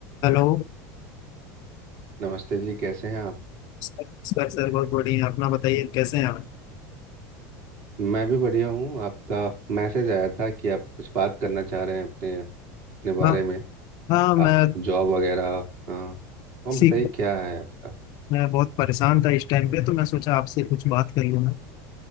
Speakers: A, on the left; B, on the right.
A: Hello
B: नमस्ते जी कैसे हैं आप
A: Sir sir sir, बहुत बढ़िया हैं। अपना बताइए कैसे हैं आप
B: मैं भी बढ़िया हूँ आपका मैसेज आया था कि आप कुछ बात करना चाह रहे हैं अपने अपने बारे
A: हाँ
B: में
A: हाँ मैं
B: आप जॉब वगैरह हाँ हम
A: इसी
B: बताइए क्या है आपका
A: मैं बहुत परेशान था इस टाइम पे तो मैं सोचा आपसे कुछ बात कर लूँ